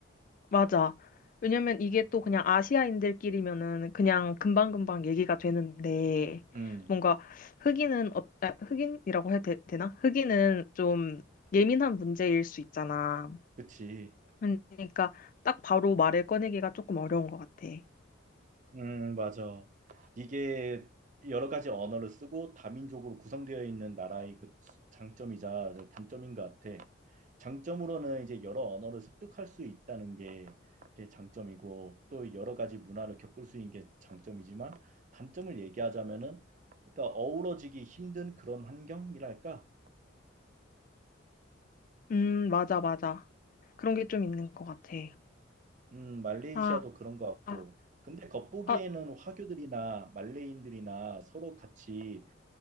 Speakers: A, on the left; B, on the right.
A: 맞아. 왜냐면 이게 또 그냥 아시아인들끼리면은 그냥 금방금방 얘기가 되는데
B: 음,
A: 뭔가 흑인은 어, 아, 흑인이라고 해야 되, 되나? 흑인은 좀 예민한 문제일 수 있잖아.
B: 그치.
A: 그러니까 딱 바로 말을 꺼내기가 조금 어려운 것 같아.
B: 음, 맞아. 이게 여러 가지 언어를 쓰고 다민족으로 구성되어 있는 나라의 그 장점이자 단점인 것 같아. 장점으로는 이제 여러 언어를 습득할 수 있다는 게 그게 장점이고 또 여러 가지 문화를 겪을 수 있는 게 장점이지만 단점을 얘기하자면은 그러니까 어우러지기 힘든 그런 환경이랄까?
A: 음, 맞아, 맞아. 그런 게 좀 있는 것 같아.
B: 음, 말레이시아도
A: 아,
B: 그런 것 같고.
A: 아,
B: 근데 겉보기에는
A: 아,
B: 화교들이나 말레이인들이나 서로 같이